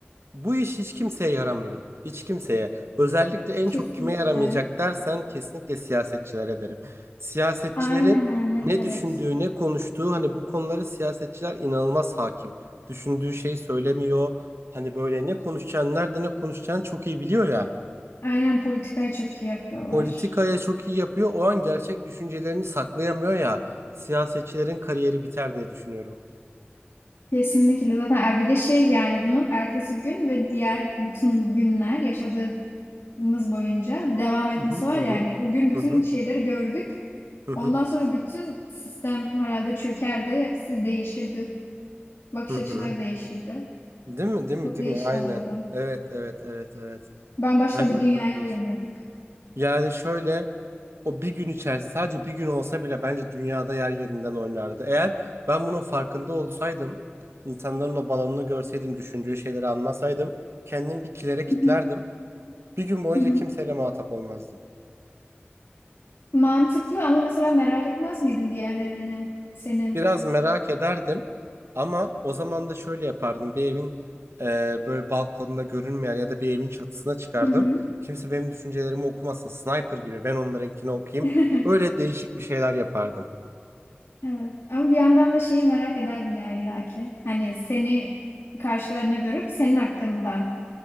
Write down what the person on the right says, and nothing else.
bu iş hiç kimseye yaramıyor. Hiç kimseye. Özellikle en
çok kime yaramayacak dersen kesinlikle siyasetçilere derim. Siyasetçilerin
ne
düşündüğü, ne konuştuğu hani bu konuları siyasetçiler inanılmaz hakim. Düşündüğü şeyi söylemiyor. Hani böyle ne konuşacağını, nerede ne konuşacağını çok iyi biliyor ya.
Politikaya çok iyi yapıyor. O an gerçek düşüncelerini saklayamıyor ya. Siyasetçilerin kariyeri biter diye düşünüyorum.
Hı hı
hı hı
hı hı
hı hı.
hı hı.
Değil mi? Değil mi?
Değil
mi? Aynen.
Evet, evet, evet, evet.
Bence
de çok değişik
oldu. Yani şöyle o bir gün içerisinde sadece bir gün olsa bile bence dünyada yer yerinden oynardı. Eğer ben bunun farkında olsaydım, insanların o balonunu görseydim, düşündüğü şeyleri anlasaydım, kendim bir kilere kilitlerdim.
Bir gün boyunca
kimseyle muhatap olmazdım.
Biraz merak ederdim ama o zaman da şöyle yapardım. Bir evin e, böyle balkonuna görünmeyen ya da bir evin çatısına çıkardım.
Kimse benim düşüncelerimi okumasın. Sniper gibi ben onlarınkini okuyayım.
Öyle değişik bir şeyler yapardım.